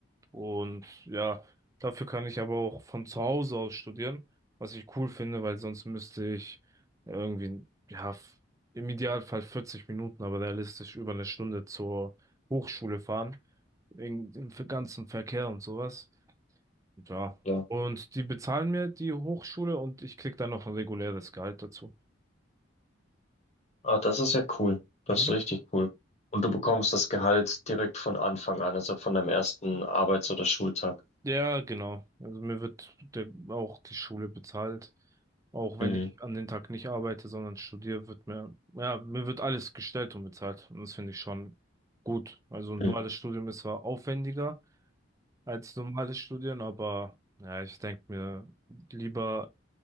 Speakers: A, on the right (about 15°); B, on the left (about 35°).
A: Und ja, dafür kann ich aber auch von zu Hause aus studieren, was ich cool finde, weil sonst müsste ich irgendwie, ja, f- im Idealfall 40 Minuten, aber realistisch über eine Stunde zur Hochschule fahren, wegen dem ganzen Verkehr und sowas. Ja.
B: Ja.
A: Und die bezahlen mir die Hochschule und ich krieg dann noch ein reguläres Gehalt dazu.
B: Ah, das ist ja cool. Das
A: Mhm.
B: ist richtig cool. Und du bekommst das Gehalt direkt von Anfang an, also von deinem ersten Arbeits- oder Schultag.
A: Ja, genau. Also mir wird der, auch die Schule bezahlt. Auch wenn
B: Mhm.
A: ich an den Tag nicht arbeite, sondern studiere, wird mir, ja, mir wird alles gestellt und bezahlt. Und das finde ich schon gut. Also ein
B: Mhm.
A: duales Studium ist zwar aufwendiger als normales Studieren, aber ja, ich denke mir, lieber